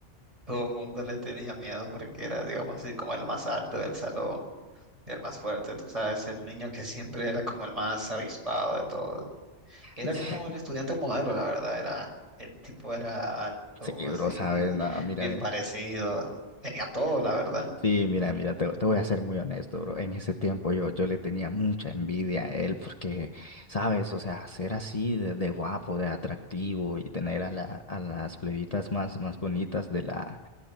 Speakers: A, on the right (about 30°); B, on the left (about 35°).
A: todo el mundo le tenía miedo porque era, digamos así, como el más alto del salón Era El más fuerte, tú sabes, el niño que siempre era como el más avispado de todos. Era
B: <laughs>
A: como el estudiante modelo, la verdad, era, el tipo era alto,
B: Sí,
A: así,
B: bro, sabes, no, mira,
A: bien
B: mira.
A: parecido, tenía todo, la verdad.
B: Sí, mira, mira, te, te voy a ser muy honesto, bro. En ese tiempo yo, yo le tenía mucha envidia a él porque, sabes, o sea, ser así de, de guapo, de atractivo y tener a, la, a las plebitas más, más bonitas de la,